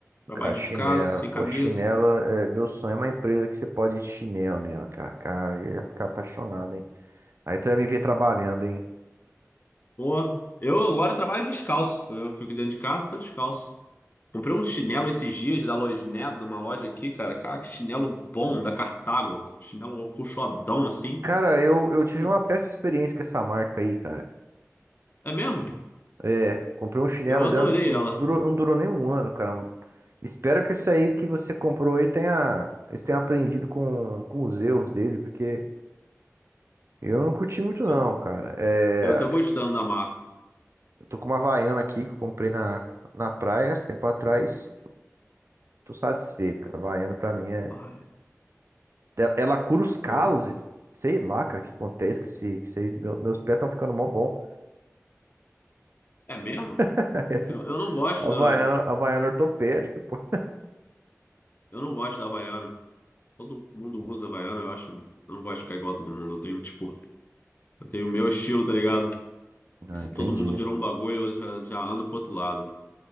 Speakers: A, on the left (about 35°); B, on the right (about 55°).
A: Trabalho
B: Cara,
A: de
B: chinelo,
A: casa, sem
B: pô,
A: camisa.
B: chinelo, é, meu sonho é uma empresa que você pode ir de chinelo nela, cara. Cara, eu ia ficar apaixonado, hein? Aí tu ia me ver trabalhando, hein?
A: Porra, eu agora trabalho descalço. Eu fico dentro de casa, tô descalço. Comprei um chinelo esses dias da Loisnet, de uma loja aqui, cara. Cara, que chinelo bom, da Cartago. Chinelo acolchoadão, assim.
B: Cara, eu, eu tive
A: Sim.
B: uma péssima experiência com essa marca aí, cara.
A: É mesmo?
B: É, comprei um chinelo
A: Eu adorei
B: dela, não
A: ela.
B: durou, não durou nem um ano, cara. Espero que esse aí que você comprou aí tenha, eles tenham aprendido com, com os erros dele, porque. Eu não curti muito não,
A: Eu,
B: cara. É,
A: eu tô gostando da marca.
B: eu tô com uma Havaiana aqui que eu comprei na, na praia esse tempo atrás. Tô satisfeito, cara. Havaiana pra mim é.
A: Ai,
B: Ela ela cura os calos,
A: eu,
B: gente. sei lá, cara, o que acontece que se, que se- meu- meus pés estão ficando mó bom.
A: é mesmo?
B: <laughs> Essas
A: Eu, eu não gosto
B: Havaiana,
A: da,
B: Havaiana ortopédica, pô.
A: eu não gosto da Havaiana. Todo mundo usa Havaiana, eu acho. Eu não gosto de ficar igual a todo mundo. Eu tenho, tipo, eu tenho o meu estilo, tá ligado?
B: Ah,
A: E se
B: entendi.
A: todo mundo virou um bagulho, eu já, já ando pro outro lado.